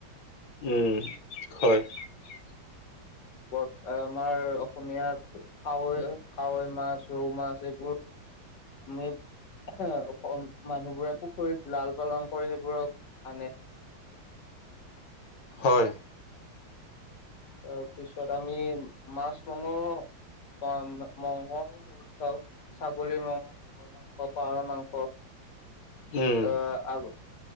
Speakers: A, on the left; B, on the left.
A: উম কিউ কিউ হয় কিউ কিউ
B: বৰ আমাৰ অসমীয়াত কাৱৈ-কাৱৈ মাছ, ৰৌ মাছ এইবোৰ আমি এ মানুহবোৰে পুখুৰীত লাল পালন কৰি সেইবোৰক মানে <inaudible>
A: হয়
B: তাৰপিছত আমি মাছ মঙহ ম মঙহ বহুত খাওঁ ছাগলী মঙহ খাওঁ পাৰ মাংস পাৰৰ মাংস অহ
A: উম
B: অহ আগ